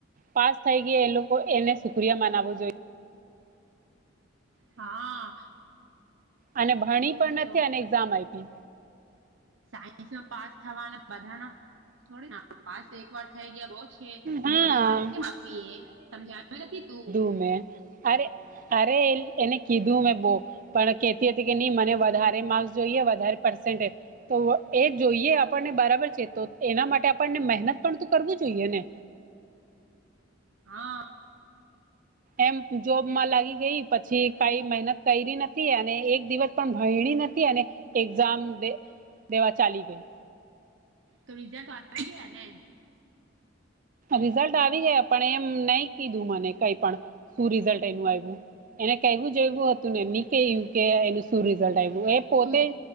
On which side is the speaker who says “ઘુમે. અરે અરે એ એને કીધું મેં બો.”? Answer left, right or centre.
Right